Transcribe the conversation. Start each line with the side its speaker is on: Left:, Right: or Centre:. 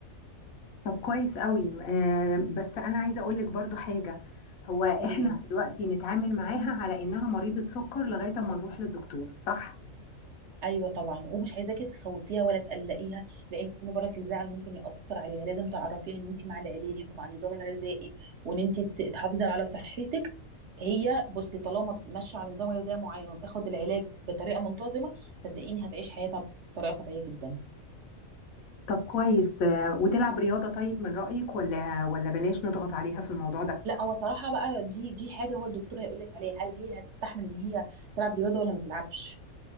Left: طب كويس قوي آه بس انا عايزه اقول لك برضو حاجه هو احنا
Right: قولي لي
Left: دلوقتي نتعامل معاها على انها مريضه سكر لغايه ما نروح للدكتور صح
Right: ايوه طبعا ومش عايزاكي تخوفيها ولا تقلقيها لان برك الزعل ممكن ياثر عليها لازم تعرفيها ان انت مع العلاج ومع النظام الغذائي وان انت ت- تحافظي على صحتك هي بصي طالما ماشيه على نظام غذائي معين وبتاخد العلاج بطريقه منتظمه صدقيني هتعيش حياتها بطريقه طبيعيه جدا
Left: طب كويس آه، وتلعب رياضة طيب من رأيك ولا ولا بلاش نضغط عليها في الموضوع ده
Right: لا هو صراحه بقى دي دي حاجه هو الدكتور هيقول لك عليها هل هي هتستحمل ان هي تلعب رياضه ولا ما تلعبش